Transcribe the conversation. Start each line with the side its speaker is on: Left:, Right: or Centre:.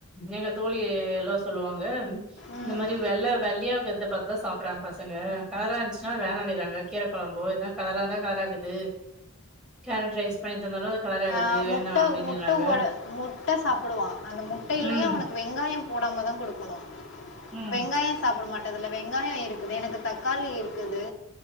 Centre: ஏங்க தோழி எல்லா சொல்லுவாங்க
Left: ம்.
Centre: இந்த மாரி வெள்ளை வெள்ளியையாத பார்த்ததா சாப்பறாங்க பசங்க கலரா இருந்துச்சுன்னா வேணாடிறாங்க கீரா குழம்பு ஏதா கலரா இருந்தா கலராக்குது கேரட்ரைஸ் பண்ணி தந்தாலு அது கலர் ஆகுது
Left: அ
Centre: வேணா
Left: முட்ட
Centre: அப்படின்னுறாங்க
Left: முட்ட ஓடு முட்ட சாப்டுவா அந்த முட்டேல்யு
Centre: ம்
Left: அவுனுக்கு வெங்காயம் போடாம தா குடுக்கணு
Centre: ம்
Left: வெங்காய சாப்ட மாட்டா இதுல வெங்காய இருக்குது எனக்கு தக்காளி இருக்குது